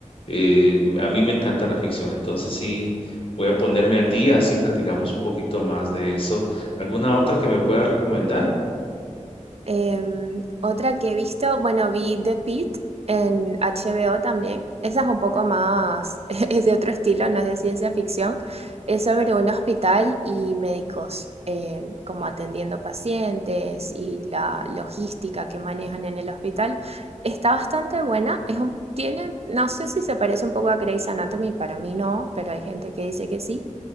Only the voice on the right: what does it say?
Em, otra que he visto, bueno, vi The Pitt en HBO también. Esa es un poco más, <laughs> es de otro estilo, no es de ciencia ficción. Es sobre un hospital y médicos, em, como atendiendo pacientes y la logística que manejan en el hospital. Está bastante buena. Es un- tiene, no sé si se parece un poco a Grey's Anatomy, para mí no, pero hay gente que dice que sí.